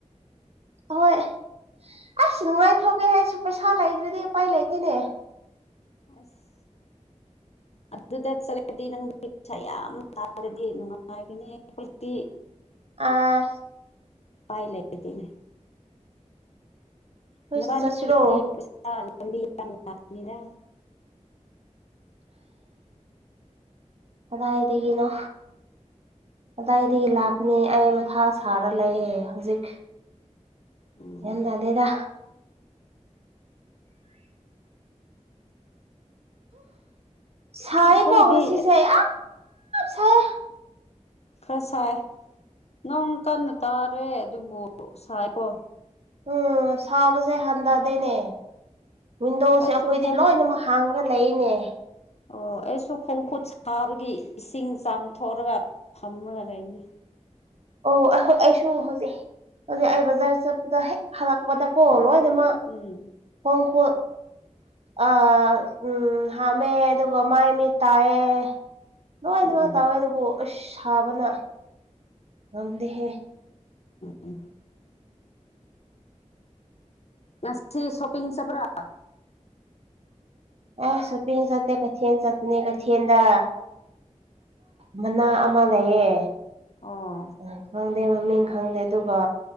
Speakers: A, on the right; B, on the left.
A: ꯍꯣꯏ ꯑꯩꯁꯨ ꯅꯨꯡꯉꯥꯏꯊꯣꯛꯒꯦ ꯍꯥꯏꯁꯨ ꯄꯩꯁꯥ ꯂꯩꯗ꯭ꯔꯗꯤ ꯎꯄꯥꯏ ꯂꯩꯇꯦꯅꯦ
B: ꯑꯁ ꯑꯗꯨꯗ ꯆꯠꯂꯗꯤ ꯅꯪꯒꯤ ꯄꯩꯁꯥ ꯌꯥꯝ ꯇꯥꯔꯗꯤ ꯅꯨꯡꯉꯥꯏꯒꯅꯤ ꯑꯩꯈꯣꯏꯗꯤ
A: ꯑꯥ
B: ꯄꯥꯏ ꯂꯩꯇꯅꯦ
A: ꯍꯣꯏ
B: ꯅꯕꯥꯅꯤ
A: ꯆꯠꯁꯤꯔꯣ
B: ꯂꯝꯕꯤ ꯌꯥꯝꯗ
A: ꯑꯥꯏꯗꯒꯤꯅꯣ ꯀꯗꯥꯏꯗꯒꯤ ꯂꯥꯛꯄꯅꯤ ꯑꯩ ꯃꯊꯥ ꯁꯥꯔ ꯂꯩꯌꯦ ꯍꯧꯖꯤꯛ
B: ꯎꯝ
A: ꯌꯦꯗꯦꯗ ꯁꯥꯏ
B: ꯑꯩꯈꯣꯏꯗꯤ
A: ꯀꯣꯡꯁꯤ
B: ꯏꯁ
A: ꯁꯥꯏ ꯁꯥꯏ
B: ꯈ꯭ꯔꯁꯥꯏ ꯅꯪ ꯀꯟꯅ ꯇꯥꯔꯦ ꯑꯗꯨꯕꯨ ꯁꯥꯏꯣ
A: ꯎꯝ ꯁꯥꯕꯁꯦ ꯍꯟꯊꯗꯦꯅꯦ ꯋꯤꯟꯗꯣꯁꯦ
B: ꯑꯩꯁꯨ
A: ꯑꯩꯈꯣꯏꯗꯤ
B: ꯈꯣꯡ
A: ꯂꯣꯏꯅꯃꯛ ꯍꯥꯡꯒꯗ ꯂꯩꯅꯦ
B: ꯑꯣ ꯑꯩꯁꯨ ꯈꯣꯡꯀꯨꯠ ꯁꯥꯕꯒꯤ ꯏꯁꯤꯡ ꯆꯥꯝꯊꯣꯛꯑꯒ ꯐꯝꯃꯒ ꯂꯩꯅꯤ
A: ꯑꯣ ꯑꯩꯈꯣꯏ ꯑꯩꯁꯨ ꯍꯧꯖꯤꯛ ꯍꯧꯖꯤꯛ ꯑꯩ ꯕꯖꯥꯔ ꯆꯠꯄꯗ ꯍꯦꯛ ꯍꯜꯂꯛꯄꯗꯀꯣ ꯂꯣꯏ ꯁꯦꯝꯃ
B: ꯎꯝ
A: ꯍꯣꯡ ꯍ ꯑ ꯎꯝ ꯍꯗꯨ ꯃꯥꯏ ꯃꯤ ꯇꯌꯦ ꯅꯣꯏꯅꯤꯃꯛ
B: ꯎꯝ
A: ꯇꯧꯋꯦ ꯑꯗꯨꯕꯨ ꯑꯁ ꯁꯥꯕꯅ ꯉꯝꯗ‌ꯦꯍꯦ
B: ꯎꯝ ꯉꯁꯤ ꯁꯣꯄꯄꯤꯡ ꯆꯠꯄ꯭ꯔꯥ
A: ꯑꯥ ꯁꯣꯄꯤꯡ ꯆꯠꯇꯦ ꯀꯩꯊꯦꯜ ꯆꯠꯄꯅꯤ ꯀꯩꯊꯦꯜꯗ ꯃꯅꯥ ꯑꯃ ꯂꯩꯌꯦ
B: ꯑꯣ
A: ꯑ ꯈꯪꯗꯦ ꯃꯃꯤꯡ ꯈꯪꯗꯦ ꯑꯗꯨꯒ